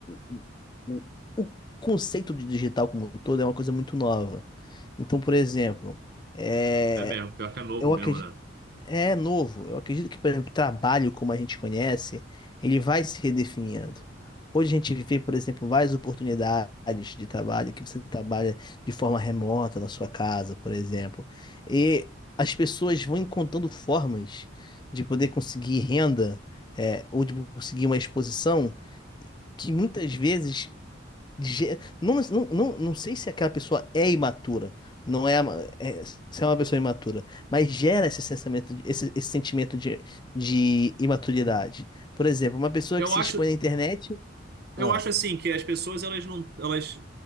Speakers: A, on the left (about 25°); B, on the right (about 55°).
A: o, o, o o conceito de digital como um todo é uma coisa muito nova. Então, por exemplo, é,
B: É mesmo, pior que é novo
A: eu
B: mesmo,
A: acredito
B: né?
A: é novo. Eu acredito que, por exemplo, trabalho como a gente conhece, ele vai se redefinindo. Hoje a gente vê, por exemplo, várias oportunidades de trabalho que você trabalha de forma remota na sua casa, por exemplo. E as pessoas vão encontrando formas de poder conseguir renda, é, ou de conseguir uma exposição que muitas vezes Ge- Não, não, não, não sei se aquela pessoa é imatura, não é, ama- é- se é uma pessoa imatura, mas gera esse sensamento, de- esse, esse sentimento de, de imaturidade. Por exemplo, uma pessoa
B: Eu
A: que se
B: acho,
A: expõe na internet.
B: eu
A: Ah,
B: acho assim que as pessoas, elas não, elas,